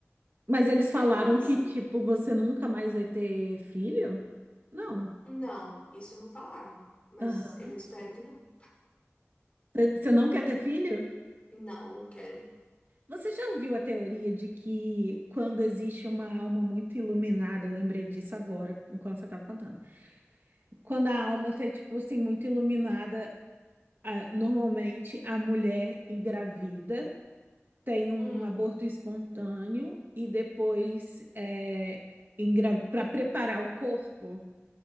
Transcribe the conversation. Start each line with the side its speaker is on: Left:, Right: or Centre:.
Right: Mas eles falaram
Left: eu tava assim,
Right: que, tipo, você nunca mais vai ter filho? Não.
Left: não, isso não falaram, mas
Right: Aham.
Left: eu espero que não.
Right: Você não quer ter filho?
Left: Não, não quero.
Right: Você já ouviu a teoria de que quando existe uma alma muito iluminada, eu lembrei disso agora, enquanto você estava contando. Quando a alma está, tipo assim, muito iluminada, a- normalmente a mulher engravida tem um
Left: Hum,
Right: aborto espontâneo e depois é, para preparar o corpo.